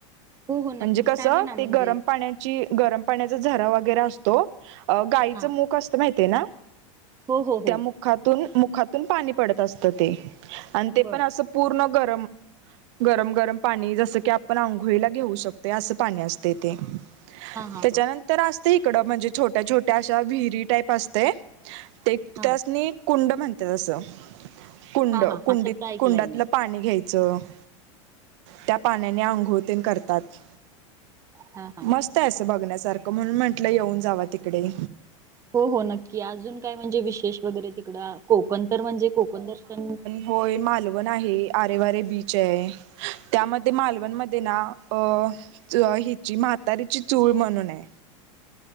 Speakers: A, on the right; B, on the right.
A: हो हो नक्की
B: म्हणजे कसं
A: सांगा ना म्हणजे
B: ते गरमं पाण्यां जे गरमं पाण्यांचा झरा वगैरें असतों. अहो गाईचं
A: हा.
B: मुख असतं माहिती आहे नां
A: हो हो
B: त्यां
A: हो.
B: मूक मूखातूंन मुखातूंन पाणी पडतं असतं ते आणि ते
A: बर
B: पणं असं पूर्ण गरमं गरमं गरमं पाणी जसं की आपणं आंघोळीला घेऊं शकतोय असं पाणी असतंय ते
A: हा हा
B: त्यांच्यानंतर
A: हा
B: असते इकडं म्हणजे छोट्या छोट्या अशा विहिरी टाईप असतें ते
A: हा
B: त्यांसनी कुंड म्हणतेसं कुंड
A: हा हा
B: कुंडीत
A: हा शब्द ऐकलाय
B: कुंडातलं
A: मी
B: पाणी घ्यायचं चं त्यां पाण्यानें अंघोळवतेन करतांत
A: हां
B: मस्तं आहे असं बघण्यांसारखं म्हणूंन म्हंटलं येऊंन जांवा तिकडे
A: हो हो नक्की अजूंन कायं म्हणजे विशेष वगैरें तिकडं कोंकण तरं म्हणजे कोंकण दर्शन
B: होयं मालवण आहे आरेवारे बींच आहे. त्यांमध्ये मालवंणमध्ये नां अं हिची म्हातांरीची चूळं म्हणूंन आहे.